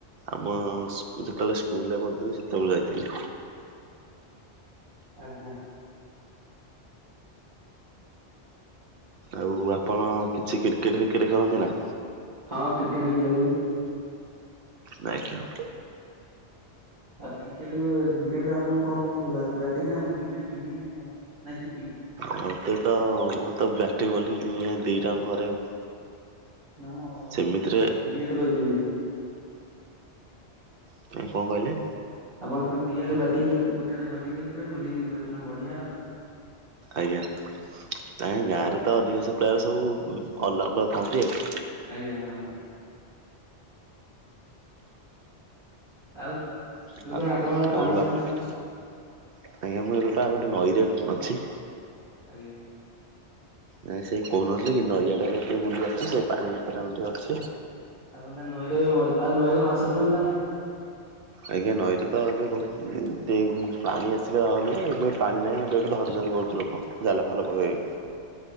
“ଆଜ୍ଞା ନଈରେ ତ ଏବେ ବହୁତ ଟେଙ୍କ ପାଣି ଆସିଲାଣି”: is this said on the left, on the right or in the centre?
Right